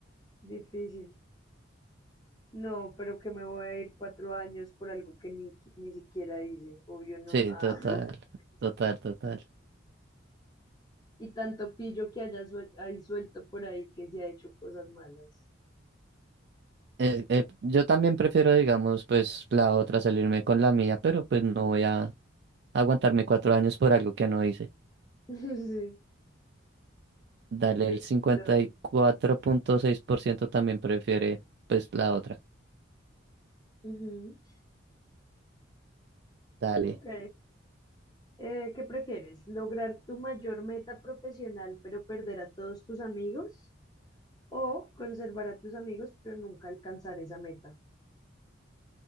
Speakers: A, on the left; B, on the right.
A: difícil. No, pero que me voy a ir cuatro años por algo que ni, ni siquiera hice, obvio no.
B: Sí,
A: Ah,
B: total,
A: <laughs>
B: total, total.
A: y tanto pillo que haya suel- hay suelto por ahí que se ha hecho cosas malas.
B: eh, eh, yo también prefiero, digamos, pues la otra, salirme con la mía, pero pues no voy a aguantarme cuatro años por algo que no hice.
A: <laughs> Sí,
B: Dale,
A: listo.
B: el cincuenta y cuatro punto seis por ciento también prefiere, pues, la otra.
A: Ujú.
B: Dale.
A: Ok. Eh, ¿qué prefieres? ¿Lograr tu mayor meta profesional pero perder a todos tus amigos? ¿O conservar a tus amigos pero nunca alcanzar esa meta?